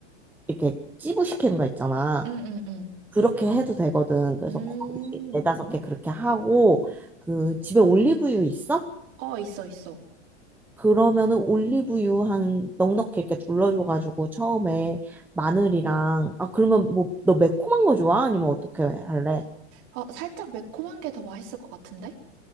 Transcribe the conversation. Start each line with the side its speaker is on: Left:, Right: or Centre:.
Centre: 이렇게 찌부시키는 거 있잖아.
Right: 응, 응, 응.
Centre: 그렇게 해도 되거든. 그래서
Right: 음,
Centre: 거기 네다섯 개 그렇게 하고 그 집에 올리브유 있어?
Right: 어, 있어, 있어.
Centre: 그러면은 올리브유 한 넉넉히 이렇게 둘러줘가지고 처음에 마늘이랑 아 그러면 뭐 너 매콤한 거 좋아? 아니면 어떻게 할래?
Right: 어, 살짝 매콤한 게 더 맛있을 것 같은데?